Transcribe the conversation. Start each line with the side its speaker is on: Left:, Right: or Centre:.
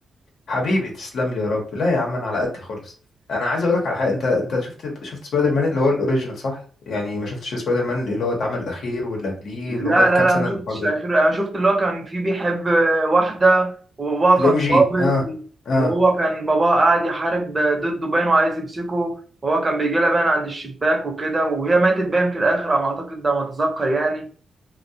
Left: حبيبي تسلم لي يا رب لا يا عم انا على قد خالص انا عايز اقول لك على حاجه انت انت شفت شفت سبايدر مان اللي هو الاوريجينال صح يعني ما شفتش سبايدر مان اللي هو اتعمل الاخير واللي قبليه
Right: لا
Left: اللي هم الكام
Right: لا لا
Left: سنه
Right: ما شفتش
Left: اللي برضه
Right: الاخير انا شفت اللي هو كان فيه بيحب واحده وباباه
Left: الام
Right: كان ضابط
Left: جي اه اه
Right: وهو كان باباه قاعد يحارب ضده باين وعايز يمسكه وهو كان بيجي لها باين عند الشباك وكده وهي ماتت باين في الاخر على ما اعتقد ده ما اتذكر يعني